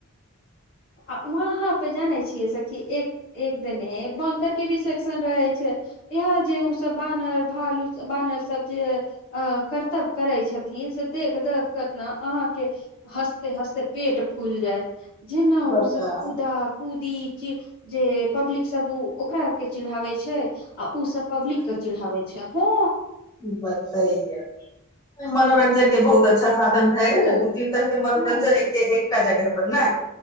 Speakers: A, on the left; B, on the left.
A: आ वहाँ पे जानै छियै सखी एक एक दने बन्दर के भी सेक्शन रहै छै यहाँ जे ओ सब बानर भालू बानर सब जे अ कर्तव्य करै छथिन से देख देख के ने अहाँके हँसते हँसते पेट फुलि जायइत जेना ओसभ
B: बताउ
A: कुदा कुदी जे जे पब्लिक सब ओ ओकरा और के चिढ़ाबै छै आ ओसभ पब्लिक क चिड़ाबै छै हँ
B: ई बात सही है मनोरंजन के बहुत अच्छा साधन भए
A: खूब
B: गेल दू तीन तरहके मनोरंजन
A: हँ
B: एक एकटा जगह पर ने